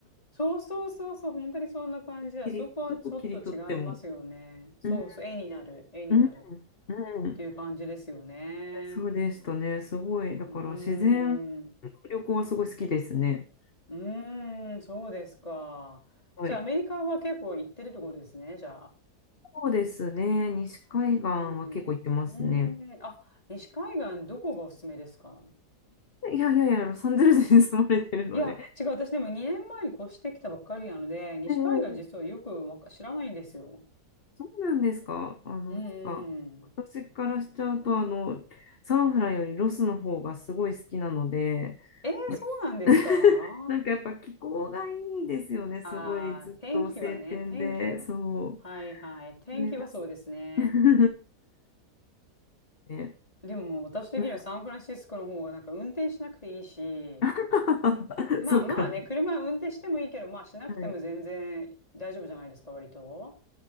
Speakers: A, on the left (about 20°); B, on the left (about 40°).
A: そうそうそうそう、本当にそんな感じだ。
B: 切り、
A: そこはちょっと違いますよね。
B: どこ切り取っても。
A: そうそう、
B: うん、
A: 絵になる、絵になる
B: うん、うん。
A: っていう感じですよね。
B: そうでしたね。すごい。だから自然の旅行はすごい好きですね。
A: うーん。うーん、そうですか。
B: はい。
A: じゃあアメリカは結構行ってるところですね、じゃあ。
B: そうですね。西海岸は結構行ってますね。
A: うん。うん。あ、西海岸どこがおすすめですか
B: いやいやいや、ロサンゼルスに住まれてるので。
A: いや、違う。私でも2年前に越してきたばっかりなので、西海岸実はよくわか知らないんですよ。
B: ええそうなんですか。あの、
A: うん。
B: なんか、私からしちゃうと、あの、サンフランよりロスの方がすごい好きなので、
A: えー、
B: やっ
A: そうなんですか
B: <laughs> なんかやっぱ気候がいいですよね。すごいずっと晴天で、
A: ああー、天気はね、天気は。
B: そ
A: はいはい。天気はそうですね。
B: う。それが <laughs> ね
A: でも私的にはサンフランシスコの方がなんか運転しなくていいし、
B: うん <laughs>
A: まあまあね、
B: そっか。
A: 車運転してもいいけど、まあしなくても全然大丈夫じゃないですか、
B: はい。
A: 割と。